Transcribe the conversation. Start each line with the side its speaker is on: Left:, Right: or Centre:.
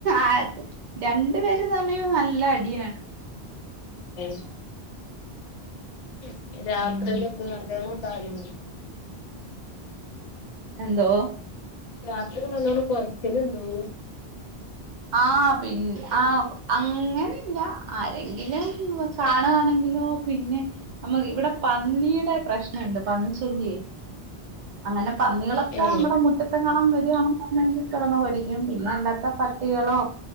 Right: ആഹ് രണ്ടു പേരു തമ്മിയും നല്ലടിയാണ്.
Left: ഏഹ് ഹ് രാത്രിയിലെന്ത്
Right: ഉം
Left: നല്ലോ ഇതാവലുണ്ടോ?
Right: എന്തോ?
Left: രാത്രിക്ക നല്ലോണം കൊരയ്ക്കലുണ്ടോഴ്?
Right: ആഹ് പിന് ആഹ് അങ്ങനെല്ല ആരെങ്കിലും വ കാണാണെങ്കിലോ പിന്നെ അമക്ക് ഇവിടെ പന്നീടെ പ്രശ്നണ്ട് പന്നി ശല്ല്യേ. അങ്ങനെ പന്നികളൊക്കമ്മടെ
Left: ഏ
Right: മുറ്റ ത്ത്ക്കണം വരുവാണെന്നുണ്ടെങ്കി കെട്ന്ന് കൊരക്കും. പിന്നെ അല്ലാത്ത പ ട്ടികളോ